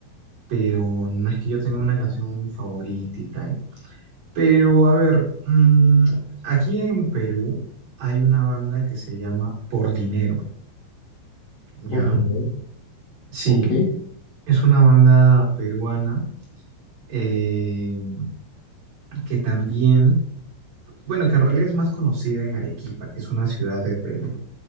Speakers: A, on the right; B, on the left.
A: pero no es que yo tenga una canción favorita y tal. Pero a ver, mm, aquí en Perú hay una banda que se llama Por Dinero, ¿ya?
B: Por ver.
A: Sí,
B: Ok.
A: es una banda peruana eh, que también, bueno, que en realidad es más conocida en Arequipa, que es una ciudad de Perú.